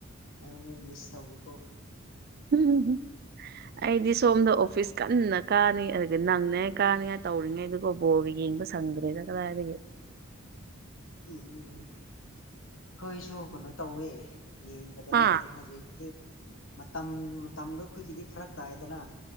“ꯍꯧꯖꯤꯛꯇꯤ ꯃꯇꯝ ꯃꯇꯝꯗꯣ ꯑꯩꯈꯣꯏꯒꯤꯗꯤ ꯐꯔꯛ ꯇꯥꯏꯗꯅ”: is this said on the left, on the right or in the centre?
Left